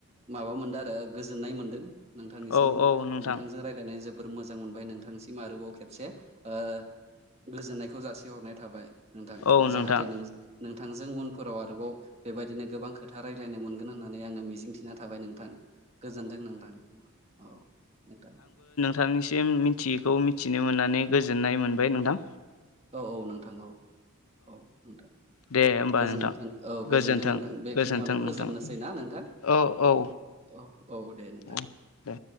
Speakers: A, on the right; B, on the left.
A: माबा मोनदो आरो गोजोननाय मोनदों नोंथांनिसिम
B: औ औ नोंथां
A: नोंथांजों रायलायनाय जोब बोर मोजां मोनबाय नोंथांसिम आरोबाव खेबसे ओ गोजोननायखौ जासिहरनाय थाबाय। नोंथां
B: औ नोंथां
A: जाहाथे नोंज नोंथांजों उनफोराव आरोबाव बेबायदिनो गोबां खोथ था रायजलायनानो मोनगोन होननानै आङो मिजिं थिना थाबाय नोंथां। गोजोनदों नोंथां अ नोंथां।
B: थांनिसिम मिथियैखौ मिथिनो मोननानै गोजोननाय मोनबाय नोंथां।
A: औ औ नोंथां औ औ नोंथां।
B: दे होमबा
A: गोजोनथों
B: नोंथां
A: औ गोजोनथों
B: गोजोन्थों
A: नोंथां बेखिनियावनो
B: गोजोन्थों नोंथां
A: फोजोबनोसै ना नोंथां
B: औ औ
A: अ अ औ दे नोंथां।
B: औ दे।